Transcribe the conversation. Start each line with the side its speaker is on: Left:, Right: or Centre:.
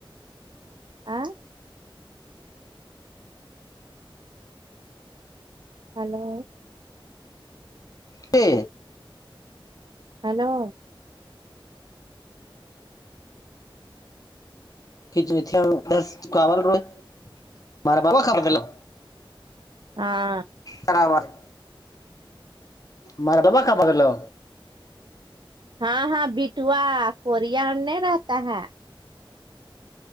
Right: آ ہلو
Left: پی
Right: ہلو
Left: <unintelligible>
Right: ہاں
Left: برابر مارا ڈبا <unintelligible>
Right: ہاں ہاں بٹوا کوریا میں رہتا ہے